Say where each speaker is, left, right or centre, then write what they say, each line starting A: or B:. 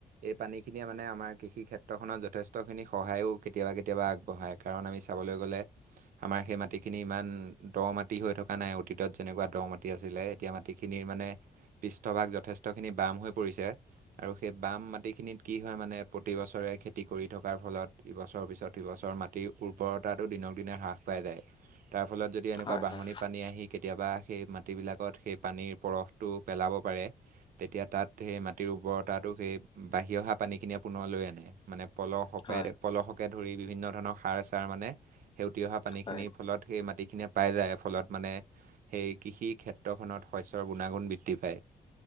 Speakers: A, on the right; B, on the left.
A: এই পানী খিনিয়ে মানে আমাৰ কৃষি ক্ষেত্ৰখনত যথেষ্টখিনি সহায়ো কেতিয়াবা, কেতিয়াবা আগবঢ়ায় কাৰণ আমি চাবলৈ গ'লে আমাৰ সেই মাটিখিনি ইমান দ মাটি হৈ থকা নাই, অতীতত যেনেকুৱা দ মাটি আছিলে। তেতিয়া মাটিখিনিৰ মানে পৃষ্ঠভাগ যথেষ্টখিনি বাম হৈ পৰিছে, আৰু সেই বাম মাটিখিনিত কি হ'য় মানে প্ৰতিবছৰে খেতি কৰি থকাৰ ফলত, এইবছৰৰ পিছত স বছৰ মাটিৰ উৰ্বৰতাটো দিনক দিনে হ্ৰাস পাই যায়, তাৰ ফলত যদি এনেকুৱা
B: হয়
A: বাঁহৰিনি
B: হয়
A: পানী আহি কেতিয়াবা সেই মাটি বিলাকত সেই পানীৰ পৰশটো পেলাব পাৰে তেতিয়া তাত সেই মাটিৰ উৰ্বৰতাটো, সেই বাঢ়ি অহা পানীখিনি পুনৰ লৈ আনে, মানে পলহকে
B: হয়
A: পলহকে ধৰি বিভিন্ন ধৰণৰ সাৰ চাৰ মানে সেউটি অহা পানীখিনিৰ
B: হয়
A: ফলত সেই মাটিখিনিয়ে পাই যায়, ফলত মানে সেই কৃষি ক্ষেত্ৰখনত শস্যৰ গুণাগুণ বৃদ্ধি পায়।